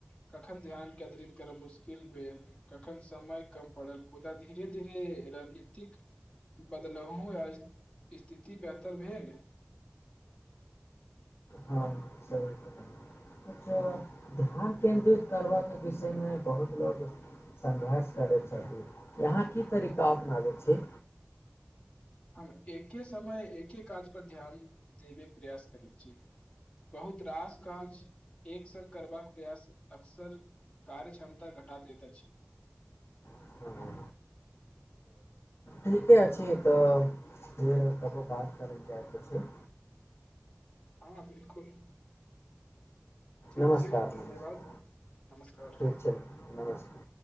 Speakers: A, on the left (about 20°); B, on the left (about 65°).
A: कखन ध्यान केन्द्रित करय मुश्किल भेल कखन समय कम पड़ल मुदा धीरे धीरे रणनीतिक बदलाहो आ स्थिति बेहतर भेल
B: हँ सही कहलियै अच्छा ध्यान केन्द्रित करबऽके विषयमे बहुत लोको संघर्ष करै छथिन यहाँ की तरीका अपनाबै छी
A: हम एके समय एके काज पर ध्यान देबेके प्रयास करैत छी बहुत रास काज एक सङग करबाक प्रयास अक्सर कार्य क्षमता घटा देैत अछि
B: हाँ, ठीके छै तऽ फेर कबो बात करैल जायके छै
A: हँ बिलकुल ठीक
B: नमस्कार
A: छै धन्यवाद
B: नमस्कार
A: नमस्कार
B: ठीक छै नमस्कार